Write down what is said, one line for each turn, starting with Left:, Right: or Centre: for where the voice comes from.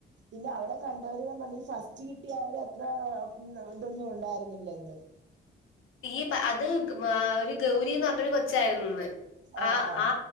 Right: പിന്നെ അവിടെ കണ്ടവര് പറ്ഞ് ഫസ്റ്റ് കിട്ടിയ അവരെ അ ത്ര ഇതൊന്നും ഉണ്ടായിരുന്നില്ലന്ന്
Left: ഈ അത് ഒരു ഗൗരിന്ന് പറഞ്ഞരു കൊച്ചായിരുന്നുന്ന്
Right: ആഹ്
Left: ആ
Right: ആഹ്
Left: ആ